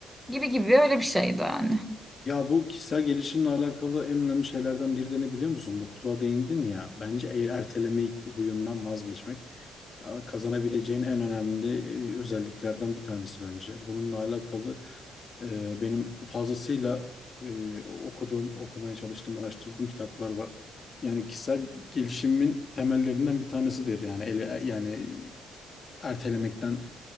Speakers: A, in the centre; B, on the left.
A: Gibi gibi öyle bir şeydi yani.
B: Ya bu kişisel gelişimle alakalı en önemli şeylerden biri de ne biliyor musun? Mutluluğa değindin ya. Bence eğer ertelemeyi huyundan vazgeçmek ya, kazanabileceğin en önemli e, özelliklerden bir tanesi bence. Bununla alakalı Ee, benim fazlasıyla e, okuduğum, okumaya çalıştığım, araştırdığım kitaplar var. Yani kişisel gelişimin temellerinden bir tanesidir. Yani ele, yani ertelemekten